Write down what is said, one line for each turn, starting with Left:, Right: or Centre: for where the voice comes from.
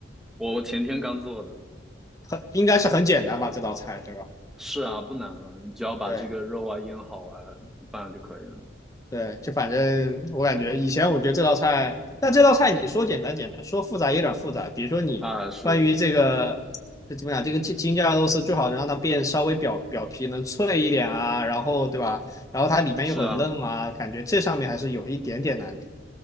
Centre: 我前天刚做的，
Left: 很应该是很简单吧，这道菜对吧？
Centre: 是啊，不难啊，你只要把这个肉啊腌好啊
Left: 对。
Centre: 拌就可以了。
Left: 对，就反正我感觉以前我觉得这道菜，但这道菜你说简单简单，说复杂也有点复杂。比如说你关于这个，
Centre: 啊，是
Left: 这怎么讲？这个京京酱肉丝最好能让它变稍微表表皮能脆一点啊，然后对吧？然后它里面又很嫩啊，
Centre: 是啊
Left: 感觉这上面还是有一点点难度。